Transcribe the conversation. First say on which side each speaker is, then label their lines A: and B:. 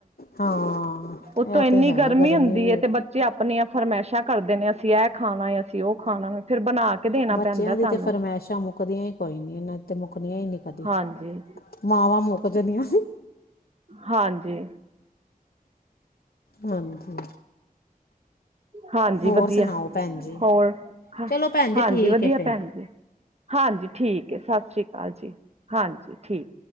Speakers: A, on the left (about 80°); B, on the right (about 45°).
A: ਹਾਂ।
B: ਉੱਤੋ
A: ਇਹ
B: ਐਨੀ
A: ਤੇ ਹੈ
B: ਗਰਮੀ ਹੁੰਦੀ
A: ਵੀ
B: ਐ ਤੇ ਬ ਚੇ ਆਪਣੀਆਂ ਫਰਮਾਇਸ਼ਾਂ ਕਰਦੇ ਨੇ ਅਸੀਂ ਇਹ ਖਾਣਾ ਐ, ਅਸੀਂ ਉਹ ਖਾਣਾ ਵਾ, ਫ਼ਿਰ ਬਣਾ ਕੇ ਦੇਣਾ
A: ਬੱਚਿਆਂ
B: ਪੈਂਦਾ
A: ਦੀ
B: ਸਾਨੂੰ,
A: ਤੇ ਫਰਮਾਇਸ਼ਾਂ ਮੁੱਕ ਮੁੱਕਦੀਆਂ ਹੀ ਕੋਈ ਨੀ ਇਹਨਾਂ ਤੇ, ਮੁੱਕਦੀਆਂ ਹੀ ਨੀ ਕਦੀ,
B: ਹਾਂਜੀ,
A: ਮਾਵਾਂ ਮੁੱਕ ਜਾਂਦੀਆਂ।
B: ਹਾਂਜੀ।
A: ਹਾਂਜੀ।
B: ਹਾਂਜੀ
A: ਹੋਰ
B: ਵਧੀਆ
A: ਸੁਣਾਓ ਭੈਣ ਜੀ।
B: ਹੋਰ ਹ
A: ਚਲੋ ਭੈਣ ਜੀ
B: ਹਾਂਜੀ
A: ਠੀਕ
B: ਵਧੀਆ
A: ਹੈ ਫਿਰ
B: ਭੈਣ ਜੀ। ਹਾਂਜੀ ਠੀਕ ਹੈ ਸਤਿ ਸ੍ਰੀ ਅਕਾਲ ਜੀ ਹਾਂਜੀ ਠੀਕ।